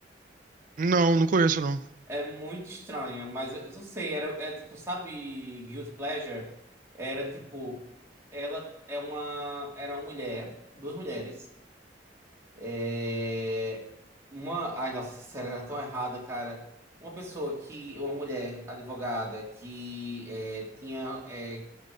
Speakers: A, on the right; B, on the right.
A: Não, não conheço, não.
B: É muito estranha, mas eu não sei, era, é tipo, sabe, Guilty Pleasure? Era tipo, ela é uma, era uma mulher, duas mulheres, é, uma, ai nossa, essa série era tão errada, cara. Uma pessoa que, uma mulher advogada que é, tinha é,